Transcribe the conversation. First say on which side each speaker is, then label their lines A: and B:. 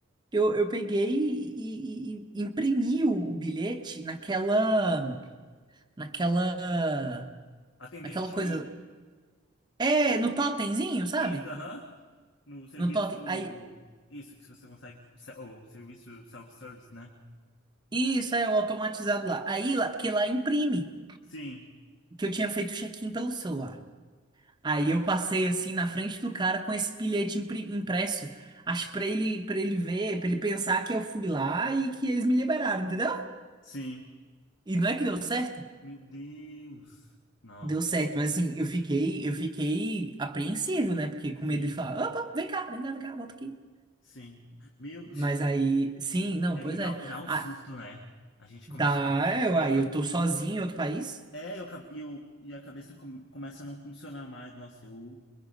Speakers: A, on the right; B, on the left.
A: eu, eu peguei e, e- e imprimi o, o bilhete naquela, naquela,
B: Atendente.
A: naquela coisa. É, no totemzinho, sabe?
B: Isso, aham. No serviço.
A: No totem. Aí,
B: Isso, que se você consegue. se- O serviço self-service, né?
A: isso é o automatizado lá. Aí lá, porque lá imprime,
B: Sim,
A: que eu tinha feito o check-in pelo celular. Aí eu passei assim na frente do cara com esse bilhete impri- impresso. Acho pra ele, pra ele ver, pra ele pensar que eu fui lá e que eles me liberaram, entendeu?
B: sim.
A: E não é que deu certo?
B: Meu Deus. Não.
A: Deu certo, mas assim, eu fiquei, eu fiquei apreensivo, né? Porque com
B: Sim,
A: medo de falar, opa, vem cá, vem cá, vem cá, volta aqui.
B: sim. Meu
A: Mas
B: Deus.
A: aí, sim, não,
B: É,
A: pois
B: e dá,
A: é.
B: dá um
A: Ah,
B: susto, né? A gente começa.
A: dá, eu,
B: E
A: aí
B: a, ca-
A: eu tô sozinho
B: e eu,
A: em outro país?
B: é, eu, ca- e eu, e a cabeça come- começa a não funcionar mais. Nossa, eu.